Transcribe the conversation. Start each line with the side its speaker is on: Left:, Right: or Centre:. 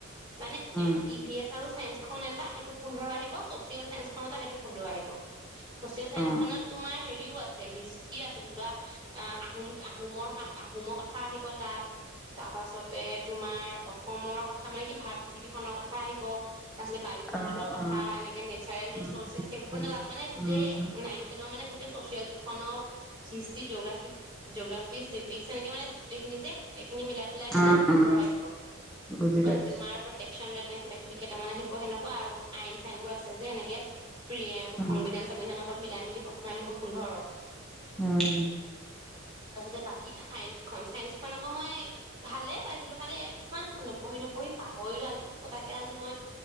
Right: মানে
Centre: উম
Right: এ ই ভি এছ আৰু চাইন্স খন এটা সেইটো পোন্ধৰ আহিব চচিয়েল চাইন্স খন এটা সেইটো পোন্ধৰ আহিব চচিয়েল চাইন্স
Centre: অ
Right: খনত তোমাৰ হেৰিও আছে হিষ্ট্ৰি আছে ধৰি লোৱা আহ আহোম আহোমৰ আহোমৰ কথা আহিব তাত তাৰ পাছতে তোমাৰ অসমৰ কথা মানে কি ভ পৃথিৱীখনৰ কথা আহিব তাৰপিছত বায়ুমণ্ডলৰ
Centre: অ
Right: কথা
Centre: অ
Right: এনেকে নেচাৰেল ৰিচৰ্চেছ
Centre: উম
Right: সেইবোৰ
Centre: উম
Right: মানে তাত মানে গোটেই
Centre: উম উম
Right: নাইন তেনৰ মানে ছচিয়েল কেইখনৰ হিষ্ট্ৰি জিঅগ্ৰফি চিভিক্স এনেকে মানে গোটেইখিনি যে গোটেই গোটেই খিনি মিলাই বিলাই
Centre: উম
Right: সেই পোন্ধৰ
Centre: উম
Right: আহিব
Centre: বুজি
Right: কনজোমাৰ
Centre: পাইছো
Right: নে কিবা কিবি কেইটামান আহিব কোৱা আৰু আইন চাইন বোৰ আছে যে এনেকে প্ৰিয়ে
Centre: উম
Right: সংবিধান চংবিধানত পৰত মিলাই মেলি প্ৰশ্ন আহিব পোন্ধৰ
Centre: উম
Right: তাৰপিছতে বাকী চাইন্স খন চাইন্স খন আকৌ মই ভালে পাইছিলো খালি কিছুমান নপঢ়ি নপঢ়ি পাহৰিলো আজি পতাকে আজি মই